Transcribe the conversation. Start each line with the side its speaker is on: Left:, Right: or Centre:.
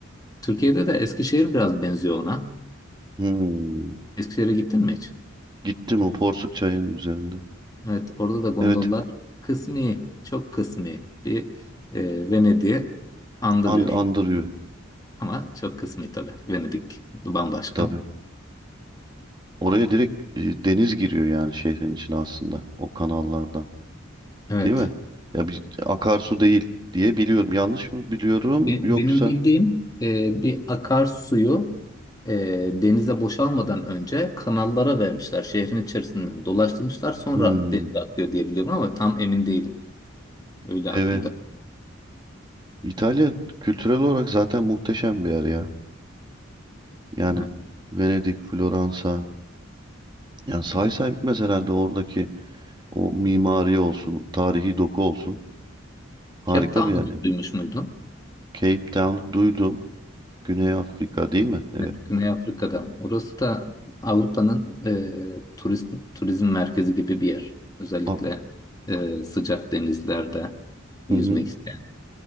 Left: Türkiye'de de Eskişehir biraz benziyor ona.
Right: Hmm.
Left: Eskişehir'e gittin mi hiç?
Right: Gittim o porsuk çayının üzerinde.
Left: Evet, orada da gondollar
Right: Evet,
Left: kısmi, çok kısmi bir e, Venedik'i andırıyor.
Right: and andırıyor
Left: Ama çok kısmi tabii. Venedik bambaşka.
Right: tabii. Oraya direkt e, deniz giriyor yani şehrin içine aslında o kanallardan.
Left: Evet.
Right: Değil mi? Ya bir akarsu değil diye biliyorum. Yanlış mı biliyorum
Left: Be-
Right: yoksa?
Left: Benim bildiğim e, bir akarsuyu e, denize boşalmadan önce kanallara vermişler. Şehrin içerisinden dolaştırmışlar. Sonra
Right: Hmm,
Left: denize akıyor diye biliyorum ama tam emin değilim. Öyle aklımda.
Right: evet. İtalya kültürel olarak zaten muhteşem bir yer ya. Yani
Left: Evet.
Right: Venedik, Floransa. Yani say
Left: Bu
Right: say bitmez herhalde oradaki o mimari olsun, tarihi doku olsun. Harika
Left: Cape Town'u
Right: bir yer
Left: hiç
Right: yani.
Left: duymuş muydun?
Right: Cape Town duydum. Güney Afrika değil mi? Evet.
Left: Evet, Güney Afrika'da. Orası da Avrupa'nın e, turist, turizm merkezi gibi bir yer. Özellikle
Right: A-
Left: e, sıcak denizlerde yüzmek
Right: Hı hı.
Left: isteyen,